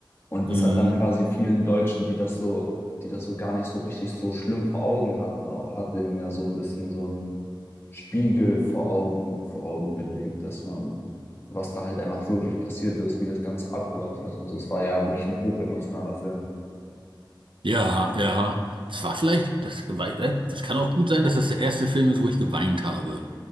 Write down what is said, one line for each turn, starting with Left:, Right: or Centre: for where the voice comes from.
Left: Und
Right: Hm.
Left: das hat dann quasi vielen Deutschen, die das so, die das so gar nicht so richtig so schlimm vor Augen hatten, auch, hat denen ja so ein bisschen so ein, Spiegel vor Augen, vor Augen gelegt, dass man, was da halt einfach wirklich passiert ist, wie das Ganze abgelaufen ist und so. Es war ja wirklich ein hochemotionaler Film.
Right: Ja, ja. Es war vielleicht, das, wei- äh, das kann auch gut sein, dass das der erste Film ist, wo ich geweint habe.